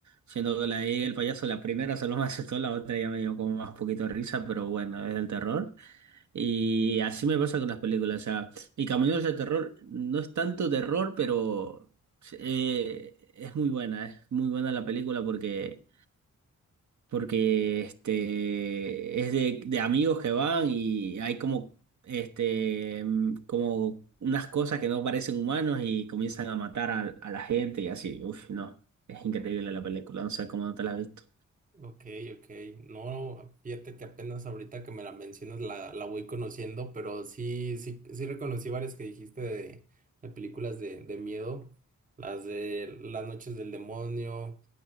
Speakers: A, on the right; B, on the right.
A: Siendo que la de It, el payaso, la primera solo me asustó, la otra ya me dio como más poquito de risa, pero bueno, es del terror. Y así me pasa con las películas, o sea, y Caminos de Terror no es tanto terror, pero eh, es muy buena, es muy buena la película porque, porque este, es de, de amigos que van y hay como, este, mm, como unas cosas que no parecen humanos y comienzan a matar a, a la gente y así, uf, no, es increíble la película, no sé cómo no te la has visto.
B: Ok, ok. No, fíjate que apenas ahorita que me la mencionas la, la voy conociendo, pero sí, sí, sí reconocí varias que dijiste de, de películas de, de miedo, las de Las noches del demonio,